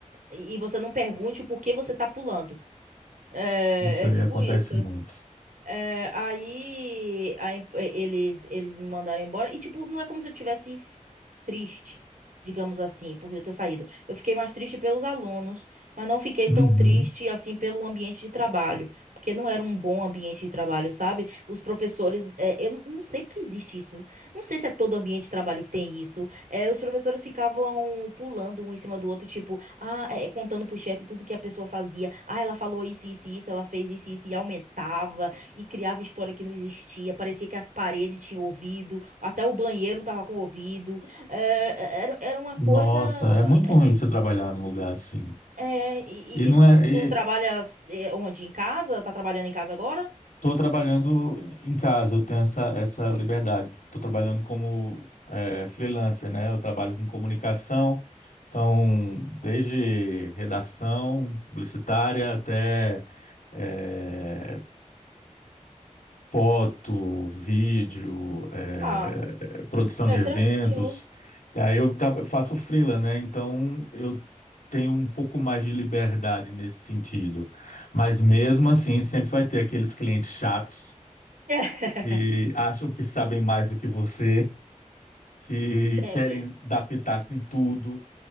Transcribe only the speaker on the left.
Isso aí
acontece
muito.
Uhum.
Nossa,
é muito
ruim você trabalhar num lugar assim.
E não
é.
E
tô trabalhando em casa, eu tenho essa, essa liberdade. Estou trabalhando como é, freelancer, né? Eu trabalho com comunicação, então, desde redação publicitária até. é, foto, vídeo, eh,
produção
de eventos.
E aí eu tra- faço freela, né? Então eu tenho um pouco mais de liberdade nesse sentido. Mas mesmo assim, sempre vai ter aqueles clientes chatos
que acham que sabem mais do que você, que
querem dar pitaco em tudo.